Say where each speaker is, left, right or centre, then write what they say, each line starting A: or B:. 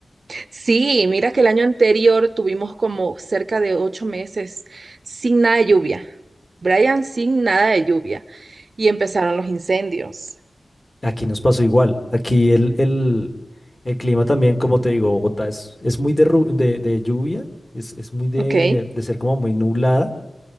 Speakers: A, on the right; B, on the left.
A: Sí, mira que el año anterior tuvimos como cerca de ocho meses sin nada de lluvia. Brian, sin nada de lluvia. Y empezaron los incendios,
B: Aquí nos pasó igual. Aquí el, el, el clima también, como te digo, Bogotá es, es muy de, ru- de, de lluvia, es, es muy de,
A: ¿ok?
B: de ser como muy nublada,